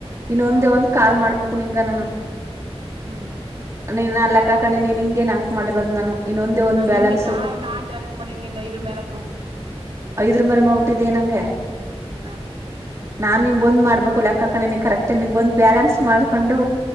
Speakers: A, on the right; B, on the right.
A: ಇನ್ನೊಂದೆ
B: ಹಾ
A: ಒಂದ್ ಕಾಲ್ ಮಾಡ್ಬೇಕು ನಿಂಗ ನಾನು.
B: ಹ್ಮ್
A: ನೀನು ಅ ಲೆಕ್ಕಾಕಂಡೀನಿ ನೀನು ಹಿಂಗೆ ನಾಕ್ ಮಾಡಿರದ್ ನಾನು. ಇನ್ನೊಂದೇ ಒಂದ್
B: ನಾನ್ ನಿಂಗೆ
A: ಬ್ಯಾಲೆನ್ಸು
B: ನಾನ್ ನಾನ್ ಜಾಸ್ತಿ ಮಾಡೀನ್ ನಿಂಗೇ ಐದ್ರು ಮ್ಯಾಲ ಬಿಡು.
A: ಐದ್ರ ಮೇಲ್ ಮಾಡ್ಬಿಟ್ಟಿದಿಯಾ ನಂಗೆ
B: ಇನ್ನೇನ
A: ನಾನ್ ನಿಂಗೊಂದ್ ಮಾಡ್ಬೇಕು. ಕ ಕಣೆ ಕರೆಕ್ಟ್ ಆಗ ನಿಂಗ ಒಂದ ಬ್ಯಾಲೆನ್ಸ್ ಮಾಡ್ಕೊಂಡು